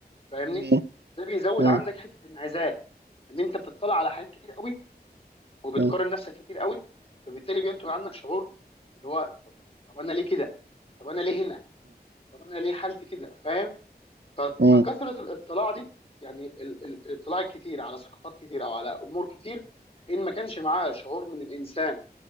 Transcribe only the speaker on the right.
مم، مم،
مم،
مم،
مم،